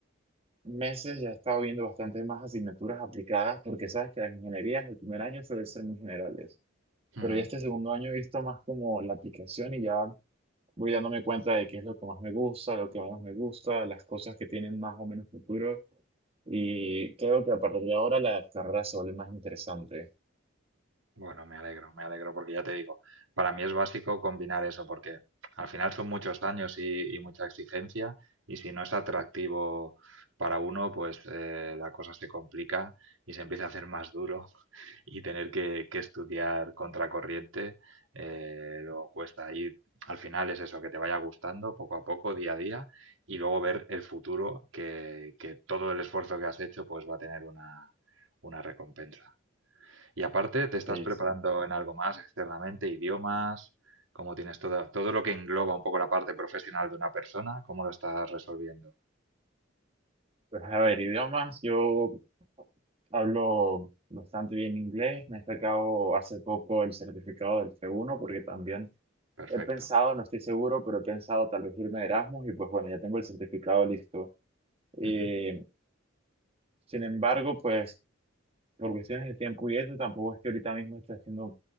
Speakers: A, on the right; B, on the right.
A: meses ya he estado viendo bastante más asignaturas aplicadas porque sabes que las ingenierías el primer año suelen ser muy generales,
B: Ujú.
A: pero ya este segundo año he visto más como la aplicación y ya voy dándome cuenta de qué es lo que más me gusta, lo que menos me gusta, las cosas que tienen más o menos futuro y creo que a partir de ahora la carrera se vuelve más interesante.
B: Bueno, me alegro, me alegro porque ya te digo, para mí es básico combinar eso porque al final son muchos años y, y mucha exigencia y si no es atractivo para uno, pues eh, la cosa se complica y se empieza a hacer más duro <laughs> y tener que, que estudiar contracorriente eh, luego cuesta. Y al final es eso, que te vaya gustando poco a poco, día a día y luego ver el futuro que, que todo el esfuerzo que has hecho pues va a tener una una recompensa. Y aparte, ¿te estás
A: Sí,
B: preparando
A: sí.
B: en algo más externamente? ¿Idiomas? ¿Cómo tienes todo, todo lo que engloba un poco la parte profesional de una persona? ¿Cómo lo estás resolviendo?
A: Pues a ver, idiomas, yo hablo bastante bien inglés, me he sacado hace poco el certificado del C1 porque también
B: Perfecto.
A: He pensado, no estoy seguro, pero he pensado tal vez irme de Erasmus y pues bueno, ya tengo el certificado listo. Eh,
B: Ujú.
A: sin embargo, pues por cuestiones de tiempo y eso, tampoco es que ahorita mismo esté haciendo